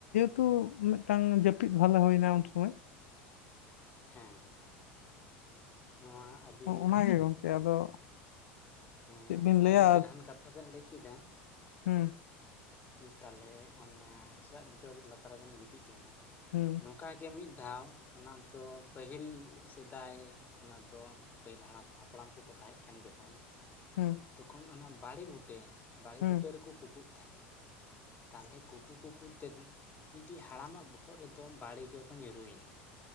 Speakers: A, on the left (about 85°); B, on the left (about 25°).
A: ᱛᱩ ᱢᱤᱫᱴᱟᱝ ᱡᱟᱹᱯᱤᱫ ᱵᱷᱟᱞᱮ ᱦᱩᱭᱱᱟ ᱩᱱ ᱥᱚᱢᱚᱭ
B: ᱦᱮᱸ ᱱᱚᱣᱟ ᱟᱹᱰᱤ
A: ᱚᱱᱟᱜᱮ ᱜᱚᱝᱠᱮ ᱟᱫᱚ
B: ᱦᱮᱸ
A: ᱪᱮᱫ ᱵᱤᱱ ᱞᱟᱹᱭᱟ
B: ᱟᱹᱰᱤ ᱪᱮᱨᱦᱨᱟᱱ ᱠᱟᱛᱷᱟ ᱵᱮᱱ ᱞᱟᱹᱭ ᱠᱮᱫᱟ᱾
A: ᱦᱮᱸ
B: ᱛᱟᱦᱚᱞᱮ ᱚᱱᱟ ᱦᱮᱥᱟᱜ ᱵᱩᱴᱟᱹᱨ ᱞᱟᱛᱟᱨ ᱨᱮᱵᱮᱱ ᱜᱤᱛᱤᱡ ᱛᱟᱦᱮᱱᱟ
A: ᱦᱩᱸ
B: ᱱᱚᱝᱠᱟ ᱜᱮ ᱢᱤᱫ ᱫᱟᱣ ᱚᱱᱟ ᱫᱚ ᱯᱟᱹᱦᱤᱞ ᱥᱮᱫᱟᱭ ᱚᱱᱟ ᱫᱚ ᱯᱟᱹᱦᱤᱞ ᱦᱟᱲᱟᱢ ᱦᱟᱯᱲᱟᱢ ᱠᱚ ᱠᱚ ᱟᱡ ᱠᱟᱱ ᱡᱚᱠᱷᱚᱱ
A: ᱦᱩᱸ
B: ᱛᱚᱠᱷᱚᱱ ᱚᱱᱟ ᱵᱟᱲᱮ ᱵᱩᱴᱟᱹ ᱵᱟᱲᱮ
A: ᱦᱩᱸ
B: ᱵᱩᱴᱟᱹ ᱨᱮᱠᱚ ᱠᱩᱠᱩᱩᱜ ᱛᱟᱦᱚᱞᱮ ᱠᱩᱠᱩ ᱠᱩᱠᱩ ᱛᱮᱫᱚ ᱢᱤᱫᱴᱤᱡ ᱦᱟᱲᱟᱢᱟᱜ ᱵᱚᱦᱚᱜ ᱨᱮᱫᱚ ᱵᱟᱹᱲᱤ ᱡᱚ ᱫᱚ ᱧᱩᱨᱩᱭᱮᱱᱟ᱾